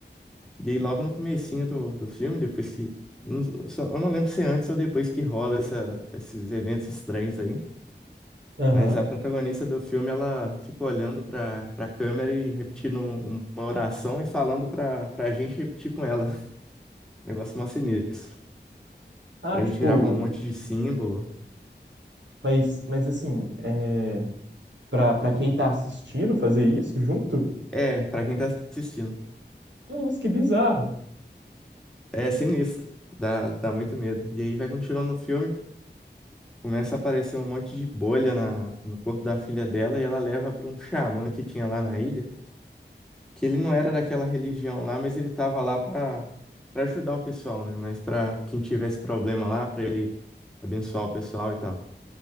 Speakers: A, in the centre; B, on the right.
A: E aí logo no comecinho do, do filme, depois que não- só- eu não lembro se é antes ou depois que rola essa- esses eventos estranhos aí,
B: Aham.
A: mas a protagonista do filme ela fica olhando pra para câmera e repetindo um- uma oração e falando pra para gente repetir com ela. Negócio mó sinistro.
B: Ah,
A: Pra
B: tipo,
A: gente gravar um monte de símbolo.
B: mas, mas assim, é, pra, pra quem tá assistindo fazer isso junto?
A: É, pra quem tá assistindo.
B: Nossa, que bizarro.
A: É sinistro. Dá, dá muito medo. E aí vai continuando no filme, começa a aparecer um monte de bolha na, no corpo da filha dela e ela leva pra um xamã que tinha lá na ilha, que ele não era daquela religião lá, mas ele tava lá pra, pra ajudar o pessoal, né? Mas pra quem tivesse problema lá, pra ele abençoar o pessoal e tal.